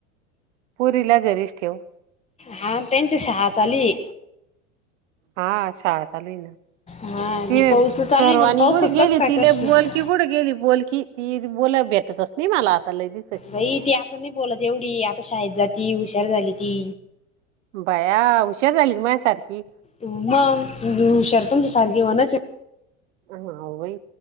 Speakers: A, on the right; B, on the left.
A: पुरीला घरीच ठेव.
B: हा त्यांची शाळा चालू आहे.
A: हा शाळात आलोय ना
B: हा
A: ति
B: ही पाऊस चालू
A: सर्वांनी
B: आहे मग पाऊसच
A: कड गेली
B: कस काय
A: तिला
B: करशील
A: बोल त कुड गेली बोल की ती बोला भेटतच नाही मला आता लय दिसाची.
B: बाई ती नाही बोलत एवढी आता शाळेत जाती हुशार झाली ती.
A: बया हुशार झाली की माझ्यासारखी.
B: मग हुशार तुमच्या सारखे होणाची
A: हा वई